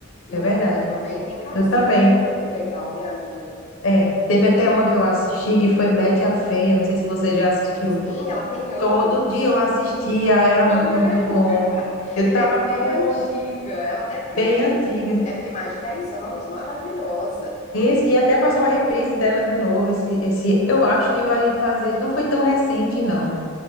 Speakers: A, on the left; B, on the left.
A: Eu
B: é verdade.
A: amo também. Tem cada
B: Eu
A: história
B: também.
A: muito legal, né, amiga?
B: É, teve até uma que eu assisti que foi Betty a Feia, não sei se você já assistiu.
A: Sim, ela tem anos.
B: Todo dia eu assistia,
A: Eu
B: era
A: também.
B: muito bom.
A: <laughs>
B: Eu estava
A: Ela é bem
B: muito
A: antiga. Ela deve ter
B: bem
A: o quê?
B: antiga.
A: Deve ter mais de 10 anos. Maravilhosa.
B: Esse- E, até passou uma reprise dela de novo. Esse, esse, eu acho que vai fazer. Não foi tão recente, não.